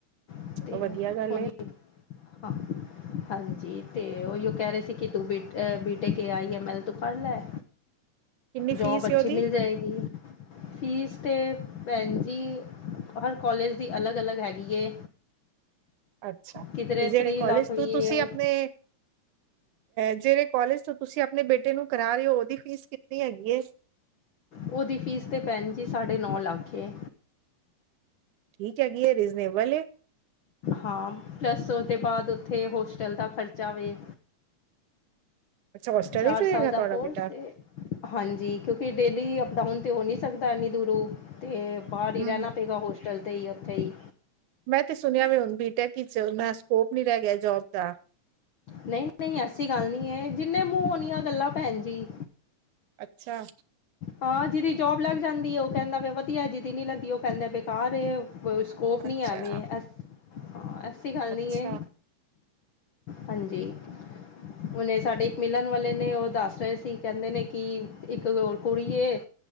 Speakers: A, on the left; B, on the right.
A: ਅਤੇ
B: ਚਲੋ ਵਧੀਆ ਗੱਲ
A: ਉਹੀ
B: ਏ
A: ਹਾਂ ਹਾਂਜੀ ਤੇ ਉਹੀ ਉਹ ਕਹਿ ਰਹੇ ਸੀ ਕਿ, ਤੂੰ ਬੀ ਟੈਕ ਆਈ ਐ ਮੈਲ ਤੋਂ ਪੜ੍ਹ ਲੈ
B: ਕਿੰਨੀ ਫੀਸ
A: ਜੋਬ ਅੱਛੀ
B: ਏ ਉਹਦੀ?
A: ਮਿਲ ਜਾਏਗੀ ਫੀਸ ਤੇ ਭੈਣ ਜੀ ਹਰ ਕੋਲਜ ਦੀ ਅਲੱਗ ਅਲੱਗ ਹੈਗੀ ਹੈ
B: ਅੱਛਾ,
A: ਕਿਧਰੇ
B: ਤੇ ਜਿਹੜੇ
A: ਤੀਹ
B: ਕੋਲਜ
A: ਲੱਖ ਵੀ
B: ਤੋਂ ਤੁਸੀਂ
A: ਹੈ
B: ਆਪਣੇ ਜਿਹੜੇ ਕੋਾਲਜ ਤੋਂ ਤੁਸੀਂ ਆਪਣੇ ਬੇਟੇ ਨੂੰ ਕਰਾ ਰਹੇ ਹੋ, ਉਹਦੀ ਫੀਸ ਕਿੰਤਨੀ ਹੈਗੀ ਹੈ
A: ਉਹਦੀ ਫੀਸ ਤੇ ਭੈਣ ਜੀ, ਸਾਢੇ ਨੌ ਲੱਖ ਏ
B: ਠੀਕ ਹੈਗੀ ਏ, ਰੀਜ਼ਨੇਬਲ ਏ।
A: ਹਾਂ, ਪਲੱਸ ਉਹਦੇ ਬਾਅਦ ਉੱਥੇ, ਹੋਸਟਲ ਦਾ ਖ਼ਰਚਾ ਵੇ।
B: ਅੱਛਾ ਹੋਸਟਲ
A: ਚਾਰ
B: ਵਿਚ ਰਹੇਗਾ,
A: ਸਾਲ ਦਾ
B: ਤੁਹਾਡਾ
A: ਕੋਰਸ
B: ਬੇਟਾ।
A: ਏ ਹਾਂਜੀ ਕਿਉਂਕਿ ਡੇਲੀ ਅਪਡਾਊਨ ਤੇ ਹੋ ਨਹੀਂ ਸਕਦਾ ਇੰਨੀ ਦੂਰੋਂ। ਤੇ ਬਾਹਰ ਹੀ
B: ਹੂੰ
A: ਰਹਿਣਾ ਪਏਗਾ, ਹੋਸਟਲ 'ਤੇ ਹੀ ਉੱਥੇ ਹੀ।
B: ਮੈਂ ਤੇ ਸੁਣਿਆ ਵੀ ਹੁਣ ਬੀਟੈਕ ਹੀ ਚ ਮੈਂ ਸਕੋਪ ਨੀ ਰਹਿ ਗਿਆ, ਜੋਬ ਦਾ
A: ਨਹੀਂ ਨਹੀਂ ਐਸੀ ਗੱਲ ਨਹੀਂ ਹੈ, ਜਿੰਨੇ ਮੂੰਹ ਓਨੀਆਂ ਗੱਲਾਂ, ਭੈਣ ਜੀ।
B: ਅੱਛਾ
A: ਹਾਂ, ਜਿਹਦੀ ਜੌਬ ਲੱਗ ਜਾਂਦੀ ਉਹ ਕਹਿੰਦਾ ਵਧੀਆ, ਜਿਦੀ ਨੀ ਲੱਗਦੀ, ਉਹ ਕਹਿੰਦਾ ਬੇਕਾਰ ਸਕੋਪ
B: ਅੱਛਾ,
A: ਨਹੀਂ ਹੈਵੇ, ਐਸ ਹਾਂ, ਐਸੀ ਗੱਲ
B: ਅੱਛਾ,
A: ਨਹੀਂ ਹੈ। ਹਾਂਜੀ। ਉਹਨੇ ਸਾਡੇ ਇੱਕ ਮਿਲਣ ਵਾਲੇ ਨੇ, ਉਹ ਦੱਸ ਰਹੇ ਸੀ, ਕਹਿੰਦੇ ਨੇ ਕਿ ਇੱਕ ਕੁੜੀਏ!